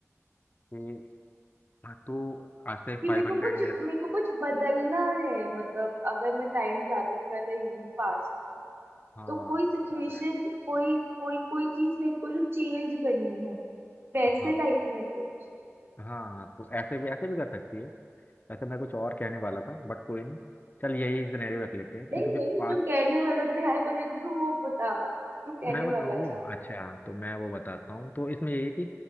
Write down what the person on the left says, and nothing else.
कि हाँ, तू आज से
फाइव
हंड्रेड
ईयर
हाँ
करेक्ट
हाँ
हाँ हाँ, तो ऐसे भी ऐसे भी कर सकती है वैसे मैं कुछ और कहने वाला था बट कोई नहीं चल यही सिनेरियो रख लेते हैं कि
तुझे
पाँच
मैं बताऊँ
अच्छा तो मैं वो बताता हूँ तो इसमें ये है कि